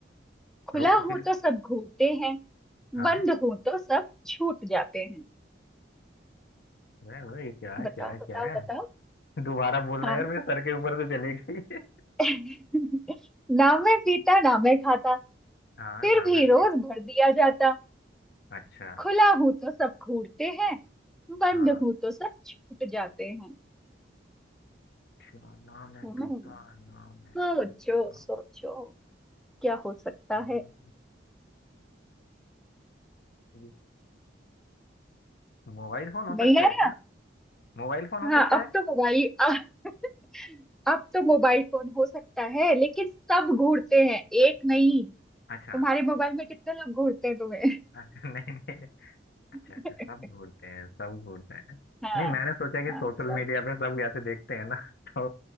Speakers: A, in the centre; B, on the left.
A: खुला
B: रो
A: हो
B: फिर
A: तो सब घूमते हैं
B: हाँ
A: बंद हो तो सब छूट जाते हैं
B: मैं वो ये क्या है
A: बताओ
B: क्या है क्या
A: बताओ
B: है
A: बताओ
B: दोबारा बोलना
A: हाँ
B: यार मेरे सर के ऊपर से चली गई
A: <laughs> ना मैं पीता ना मैं खाता
B: <laughs> हाँ
A: फिर
B: नाम
A: भी
B: है पीत
A: रोज भर दिया जाता
B: अच्छा
A: खुला हूं तो सब घूरते हैं बंद
B: हाँ
A: हूं तो सब छूट जाते हैं
B: क्या नाम है
A: हम्म,
B: पिता नाम है
A: सोचो
B: उसका?
A: सोचो क्या हो सकता
B: हम्म,
A: है
B: ये मोबाइल फोन हो
A: नहीं
B: सकता
A: आया
B: है क्या मोबाइल फोन हो
A: हाँ
B: सकता
A: अब
B: है
A: तो मोबाइल <laughs> अब तो मोबाइल फोन हो सकता है लेकिन सब घूरते हैं एक नहीं
B: अच्छा
A: तुम्हारे मोबाइल में कितने लोग घूरते हैं तुम्हें
B: अच्छा <laughs> नहीं नहीं अच्छा
A: <laughs>
B: अच्छा सब घूरते हैं सब घूरते हैं
A: हाँ
B: नहीं मैंने सोचा कि
A: हाँ
B: सोशल
A: सब
B: मीडिया पे सब ऐसे देखते हैं ना <laughs> तो